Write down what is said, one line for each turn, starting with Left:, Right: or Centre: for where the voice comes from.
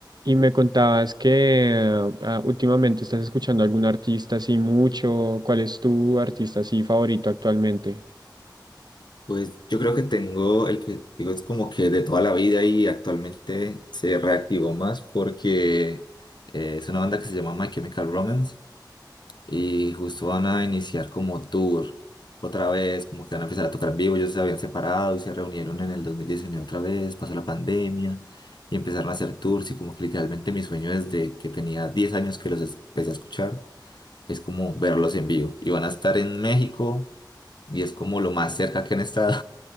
Right: Y me contabas que ah, últimamente estás escuchando algún artista así mucho. ¿Cuál es tu artista así favorito actualmente?
Left: Pues yo creo que tengo el que digo es como que de toda la vida y actualmente se reactivó más porque eh, es una banda que se llama My Chemical Romance y justo van a iniciar como tour otra vez, como que van a empezar a tocar en vivo. Ellos se habían separado y se reunieron en el 2019 otra vez, pasó la pandemia y empezaron a hacer tours y como que literalmente mi sueño desde que tenía 10 años que los es- empecé a escuchar es como verlos en vivo y van a estar en México y es como lo más cerca que han estado.